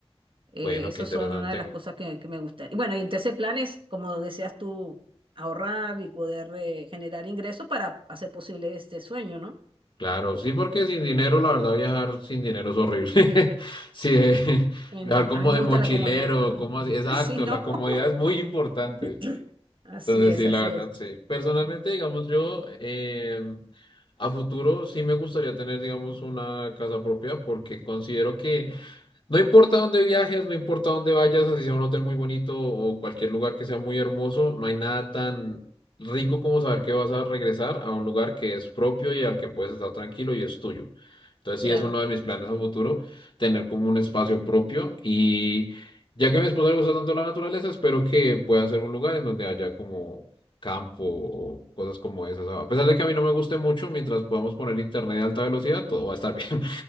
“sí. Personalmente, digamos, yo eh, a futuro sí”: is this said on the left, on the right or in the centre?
Left